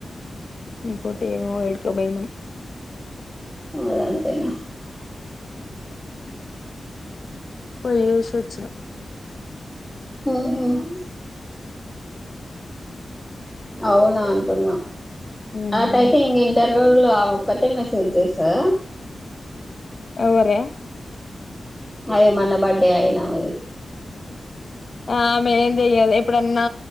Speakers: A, on the left; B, in the centre.
A: ఇంకోొటి ఏమో ఏడుకోపోయినాం
B: ఆ అంతేనా
A: పోయి ఏష్ వచ్చినమ్
B: ఉహుమ్ అవునా అంటున్నా
A: మ్మ్
B: అట్ అయితే ఇంగ ఇంటర్ ర్ లోలు అ ఒక్కటే మెసేజ్ చేస్తర
A: ఎవరే
B: అదే మొన్న బర్డే అయినామది
A: ఆమ్ ఎమ్ చెయ్యదు ఎప్పుడన్నా